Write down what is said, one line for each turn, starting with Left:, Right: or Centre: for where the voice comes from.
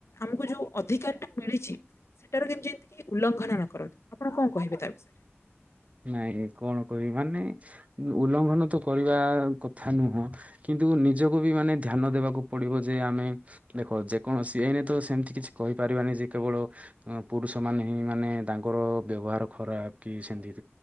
Left: ଆମକୁ ଯୋଉ ଅଧିକାରଟା ମିଳିଛି। ସେଟାରୁ କେମିତି ଏମତି ଉଲ୍ଲଂଘନ ନ କରନ୍ତୁ ଆପଣ କଣ କହିବେ ତା ବିଷୟରେ
Right: ନାଇଁ କଣ କହିବି ମାନେ ଉଲ୍ଲଂଘନ ତ କରିବା କଥା ନୁହଁ। କିନ୍ତୁ ନିଜକୁ ବି ମାନେ ଧ୍ୟାନ ଦେବାକୁ ପଡିବ ଯେ ଆମେ ଦେଖ ଯେକୌଣସି ଏଇନେ ତ ସେମିତି କିଛି କହିପାରିବାନି ଯେ କେବଳ ପୁରୁଷ ମାନେ ହିଁ ମାନେ ତାଙ୍କର ବ୍ୟବହାର ଖରାପ କି ସେମତି